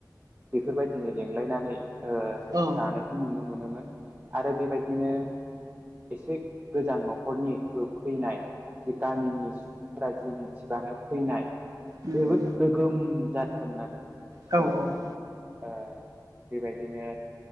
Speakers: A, on the right (about 25°); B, on the right (about 55°).
A: बेफोरबायदिनो लेंलायनानै ओ
B: औ
A: जानायखौ नुनो मोनोमोन। आरो बेबायदिनो एसे गोजान न'खरनिबो फैनाय जे गामिनि सुबुंफोरा जि मिथिबानो फैनाय
B: नंगौ
A: जोबोद गोगोम जाथारोमोन आरो। सिगां
B: औ औ
A: ओ बेबायदिनो